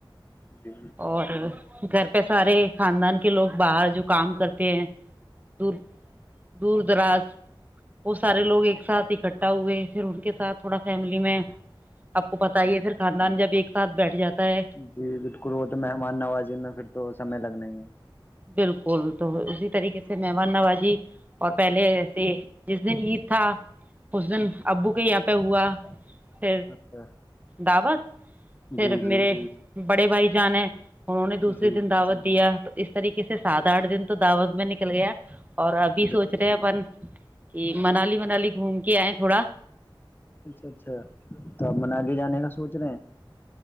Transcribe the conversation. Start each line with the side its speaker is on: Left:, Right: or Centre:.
Left: جی جی
Right: اور گھر پہ سارے خاندان کے لوگ باہر جو کام کرتے ہیں دور دور دراز وہ سارے لوگ ایک ساتھ اکٹھا ہوئے پھر ان کے ساتھ تھوڑا فیملی میں آپ کو پتاہ ہی
Left: جی
Right: ہے پھر خاندان جب ایک ساتھ بیٹھ جاتا ہے
Left: جی بالکل وہ تو مہمان نوازی میں پھر تو سمے لگنا ہے
Right: بالکل تو اسی طریقے سے مہمان نوازی اور پہلے ایسے جس دن عید تھا اس دن
Left: جی
Right: ابو کے ہی آپ پہا ہ
Left: اچھا
Right: دعوت پھر
Left: جی جی
Right: میرے بڑے بھائی جان ہے انہوں نے دوسے
Left: جی
Right: دن دعوت دیا اس طریقے سے سات اٹھ دن دعوت میں نکل گیا اور ابھی
Left: بالکل
Right: سوچ
Left: بالکل
Right: رہے ہیں منالی منالی گھوم کیا آ ہے تھوڑا
Left: اچھا اچھا بنا کے جانے کا سوچ رہے ہیں